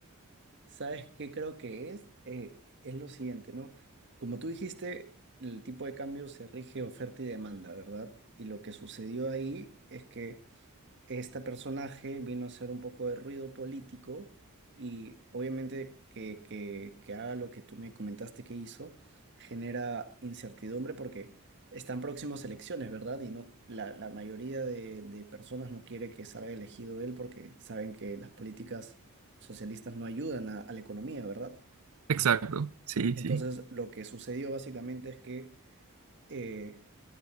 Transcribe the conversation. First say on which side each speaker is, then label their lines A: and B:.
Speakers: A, on the right; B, on the right.
A: ¿Sabes qué creo que es? Eh, es lo siguiente, ¿no? Como tú dijiste, el tipo de cambio se rige oferta y demanda, ¿verdad? Y lo que sucedió ahí es que este personaje vino a hacer un poco de ruido político y obviamente que, que, que haga lo que tú me comentaste que hizo genera incertidumbre porque están próximas elecciones, ¿verdad? Y no, la, la mayoría de, de personas no quiere que salga elegido él porque saben que las políticas socialistas no ayudan a, a la economía, ¿verdad?
B: Exacto, sí,
A: Entonces,
B: sí.
A: lo que sucedió básicamente es que... eh,